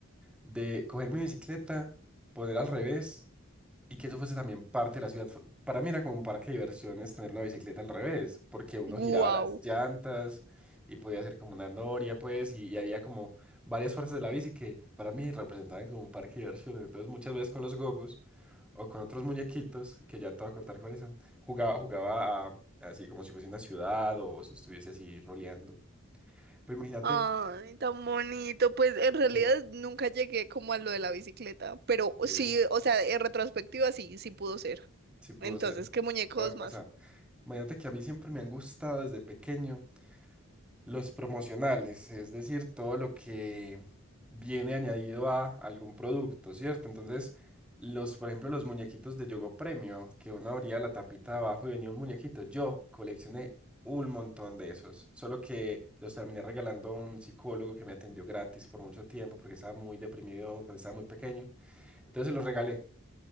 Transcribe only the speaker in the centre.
de coger mi bicicleta, poner al revés Y que eso fuese también parte de la ciudad. Fue- Para mí era como un parque de diversiones tener una bicicleta al revés, porque uno giraba
las llantas y podía hacer como una noria, pues, y, y había como varias partes de la bici que para mí representaban como un parque de diversiones. Entonces muchas veces con los gogos o con otros muñequitos, que ya te voy a contar cuáles son, jugaba, jugaba a- así como si fuese una ciudad o, o si estuviese así roleando. Pero imagínate,
sí,
que
sí pudo
ser.
pudo haber pasado.
Imagínate que a mí siempre me han gustado desde pequeño. Los promocionales, es decir, todo lo que viene añadido a algún producto, ¿cierto? Entonces, los, por ejemplo, los muñequitos de Yogo Premio, que uno abría la tapita de abajo y venía un muñequito. Yo coleccioné un montón de esos, solo que los terminé regalando a un psicólogo que me atendió gratis por mucho tiempo porque estaba muy deprimido cuando estaba muy pequeño. Entonces se los regalé.